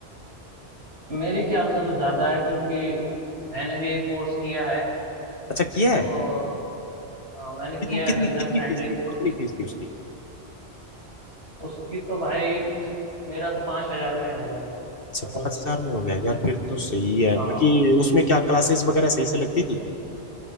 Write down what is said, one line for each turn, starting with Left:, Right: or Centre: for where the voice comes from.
Right: मेरे ख्याल से तो ज्यादा है क्योंकि मैंने भी एक कोर्स किया है
Left: अच्छा किया है
Right: और हाँ मैंने किया
Left: कितनी कितनी
Right: है बिगनर
Left: कितनी
Right: फ्रेंडली
Left: फीस थी कितनी
Right: कोर्स
Left: फीस थी उसकी
Right: उसकी तो भाई मेरा तो पाँच हजार में ही हो गया था
Left: अच्छा
Right: कोर्स
Left: पांच हजार में हो गया यार फिर तो सही है
Right: हाँ।
Left: बाकी उसमें क्या क्लासेस वगैरह सही से लगती थी